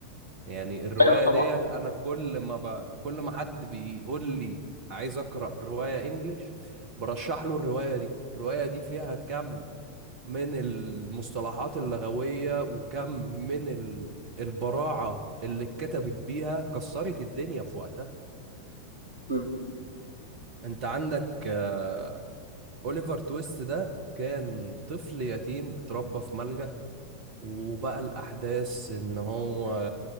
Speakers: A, on the right; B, on the right.
A: يعني الروايه
B: ايوه طبعا
A: ديت انا كل ما ب... كل ما حد بيقول لي عايز اقرا روايه انجليش برشح له الروايه دي الروايه دي فيها كم من المصطلحات اللغويه وكم من ال... البراعه اللي اتكتبت بيها كسرت الدنيا في وقتها
B: امم
A: انت عندك آه، اوليفر تويست ده كان طفل يتيم اتربى في ملجأ وبقى الأحداث إن هو